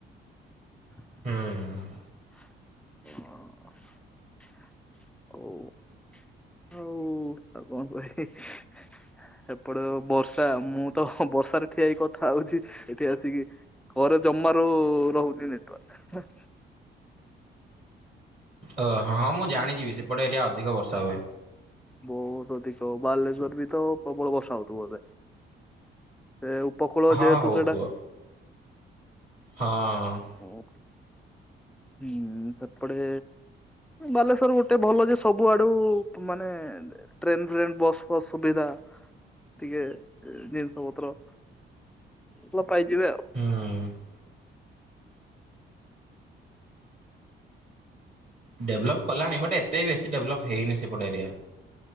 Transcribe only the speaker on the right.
ହୁଁ।
ଓ, ହଁ, ହଁ, ମୁଁ ଜାଣିଯିବି ସେପଟେ ଏରିଆ ଅଧିକ ବର୍ଷା ହୁଏ।
ହଁ
ହଉଥିବ
ହଁ।
ହୁଁ। ଡେଭଲପ୍ କଲାଣି ବଟ ଏତେ ବେଶୀ ଡେଭଲପ୍ ହେଇନି ସେପଟେ ଏରିଆ।